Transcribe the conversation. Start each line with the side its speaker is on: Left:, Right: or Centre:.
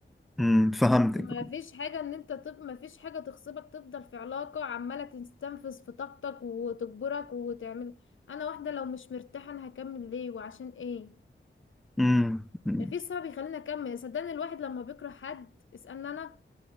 Centre: امم فهمتك
Left: ما فيش حاجة ان انت تب... ما فيش حاجة تغصبك تفضل في علاقة عمالة تستنفذ في طاقتك وتجبرك وتعمل انا واحدة لو مش مرتاحة انا هكمل ليه وعشان ايه
Centre: امم أمم.
Left: ما فيش سبب يخليني اكمل صدقني الواحد لما بيكره حد اسألني انا